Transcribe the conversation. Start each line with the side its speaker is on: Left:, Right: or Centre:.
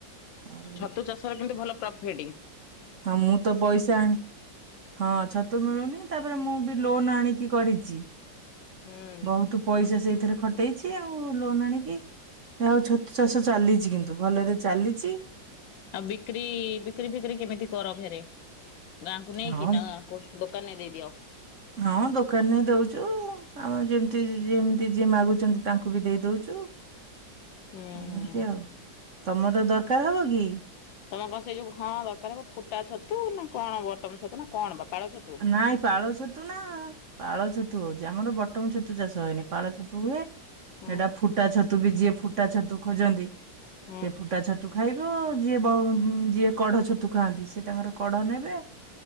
Right: ଆଉ
Left: ଛତୁ ଚାଷ ର କିନ୍ତୁ ଭଲ ପ୍ରଫିଟି?
Right: ହଁ ମୁଁ ତ ପଇସା ଆଣି ହଁ ଛ ମିଳୁନି ତାପରେ ମୁଁ ବି ଲୋନ ଆଣି କରିଛି
Left: ହୁଁ
Right: ବହୁତ ପଇସା ସେଥିରେ ଖଟେଇଛି ଆଉ ଲୋନ ଆଣିକି ଆଉ ଛତୁ ଚାଷ ଚାଲିଛି କିନ୍ତୁ ଭଲରେ ଚାଲିଛି
Left: ଆଉ ବିକ୍ରି ବିକ୍ରି ଫିକ୍ରି କେମିତି କର ଫେରେ ଗାଁକୁ ନେଇକି
Right: ହଁ
Left: ନା ଗାଁକୁ? ଦୋକାନରେ ଦେଇଦିଅ?
Right: ହଁ ଦୋକାନରେ ଦଉଛୁ ଆମର ଯେମତି ଯେମତି ଯିଏ ମାଗୁଛନ୍ତି ତାଙ୍କୁ ବି ଦେଇ ଦଉଛୁ।
Left: ହୁଁ
Right: ଏମିତି
Left: ହୁଁ
Right: ଆଉ ତମର ଦରକାର ହବ କି?
Left: ତମ କଣ ସେଇ ଯୋଉ ହଁ ଦରକାର ଫୁଟା ଛତୁ ନା କଣ ବଟମ ଛତୁ ନା କଣ ବା? ପାଳ ଛତୁ?
Right: ନାଇଁ ପାଳ ଛତୁ ନା ପାଳ ଛତୁ ହଉଛି। ଆମର ବଟମ ଛତୁ ଚାଷ ହଏନି ପାଳ ଛତୁ ହୁଏ ଏଇଟା
Left: ହୁଁ
Right: ଫୁଟା ଛୁ ବି ଯିଏ ଫୁ ଫୁଟା ଛତୁ ଖୋଜନ୍ତି
Left: ହୁଁ
Right: ସେ ଫୁଟା ଛତୁ ଖାଇବ ଯିଏ ଯିଏ କଡ ଛତୁ ଖାଆନ୍ତି ସେ ତାଙ୍କର କଡ଼ ନେବେ।